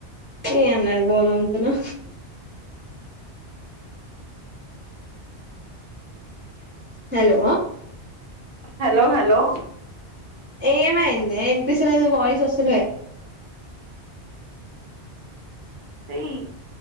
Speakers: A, on the right; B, on the right.
A: ఏం లేదు బోల్ తోముతున్నా హలో
B: హలో హలో
A: ఏమయింది వినిపిస్తలే నీ వాయిస్ వస్తలే
B: మ్మ్